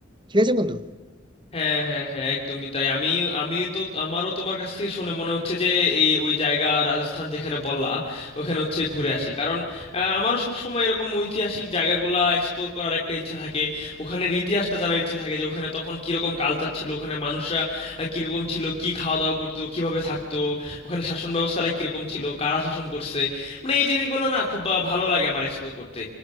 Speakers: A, on the right; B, on the left.
A: ঠিক আছে বন্ধু
B: হ্যাঁ হ্যাঁ হ্যাঁ একদমই তাই আমি আমি তো আমারও তোমার কাছ থেকে শুনে মনে হচ্ছে যে এই ওই জায়গা রাজস্থান যেখানে বললা ওখানে হচ্ছে ঘুরে আসি কারণ আহ, আমারও সবসময় এরকম ঐতিহাসিক জায়গাগুলা এক্সপ্লোর করার একটা ইচ্ছা থাকে ওখানের ইতিহাসটা জানার ইচ্ছা থাকে যে ওখানে তখন কিরকম কালচার ছিল ওখানে মানুষরা আহ, কিরকম ছিল কি খাওয়া দাওয়া করতো কিভাবে থাকতো ওখানে শাসন ব্যবস্থাটা কিরকম ছিল কারা শাসন করছে মানে এই জিনিসগুলো না খুব আহ, ভালো লাগে আমার এক্সপ্লোর করতে